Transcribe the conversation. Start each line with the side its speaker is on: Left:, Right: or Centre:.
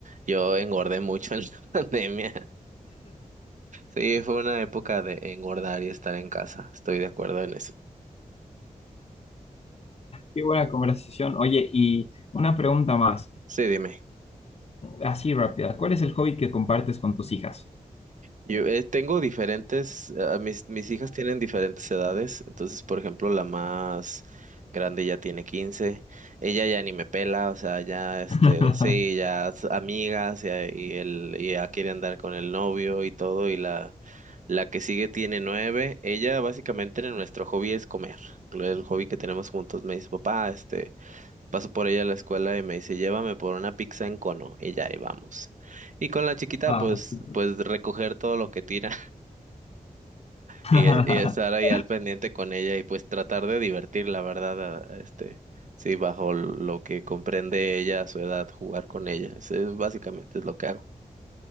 Right: yo engordé mucho en la <laughs> pandemia. Sí, fue una época de engordar y estar en casa. Estoy de acuerdo en eso.
Left: Qué buena conversación. Oye, y una pregunta más,
Right: Sí, dime.
Left: así rápida. ¿Cuál es el hobby que compartes con tus hijas?
Right: Yo eh, tengo diferentes, ah, mis, mis hijas tienen diferentes edades, entonces, por ejemplo, la más grande ya tiene quince ella ya ni me pela, o sea, ya,
Left: <laughs>
Right: este, sí, ya es amigas, ya- y, el, y ya quiere andar con el novio y todo, y la, la que sigue tiene nueve ella básicamente en nuestro hobby es comer, el hobby que tenemos juntos, me dice, papá, este, paso por ella a la escuela y me dice, llévame por una pizza en cono, y ya ahí vamos. Y con la chiquita,
Left: Ah,
Right: pues,
Left: súper.
Right: pues recoger todo lo que tira
Left: <laughs>
Right: y, y estar ahí al pendiente con ella y pues tratar de divertir, la verdad, a- a este, sí, bajo lo que comprende ella a su edad, jugar con ella. Eso es básicamente es lo que hago.